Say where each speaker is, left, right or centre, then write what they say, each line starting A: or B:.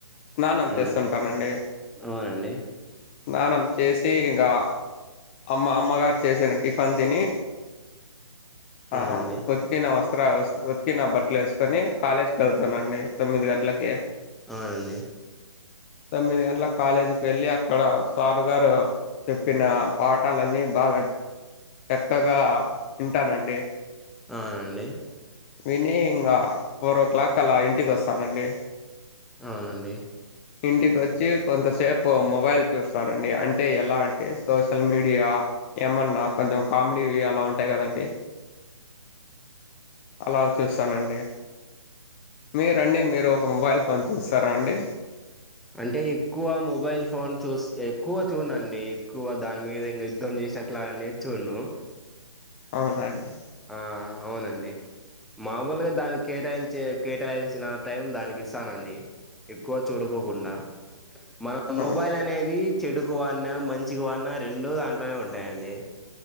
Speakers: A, on the left (about 20°); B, in the centre.
A: స్నానం
B: ఆ
A: చేస్తుంటానండి
B: అవునండి
A: స్నానం చేసి ఇంకా అమ్మ అమ్మగారి చేసిన టిఫన్ తిని
B: అవునండి
A: ఆ కొతికి నా వస్త అ ఉతికి నా బట్టలు వేసుకొని కాలేజ్కి వెళ్తానండి తమ్మిదిగంట్ల కీ
B: అవునండి
A: తొమ్మిది గంటల కాలేజీకి వెళ్ళి అక్కడ సారు గారు చెప్పిన పాఠాలన్నీ బాగా చక్కగా వింటానండి
B: అవునండి
A: విని ఇంకా ఫోర్ ఓ క్లాక్ అలా ఇంటికి వస్తానండి
B: అవునండి
A: ఇంటికి వచ్చి కొంతసేపు మొబైల్ చూస్తానండి అంటే ఎలా అంటే సోషల్ మీడియా ఏమన్నా కొంచెం కామెడీ అలా ఉంటాయి కదండి అలా చూస్తానండి మీరండి మీరు ఒక మొబైల్ ఫోన్ చూస్తారా అండి
B: అంటే ఎక్కువ మొబైల్ ఫోన్ చూసి ఎక్కువ చూడ్ నుండి ఎక్కువ దాని మీద ఇంకా యుద్ధం చేసా అట్లోనే చూడనూ
A: అవునండి
B: ఆ అవునండి మామూలుగా దానికి కేటాయించే కేటాయాల్సిన టైం దానికి ఇస్తానండి ఎక్కువ చూడుకోకుండా మనం
A: అవును.
B: మొబైల్ అనేది చెడుకు వాన్న మంచికి వన రెండు దాంట్లోనే ఉంటాయండి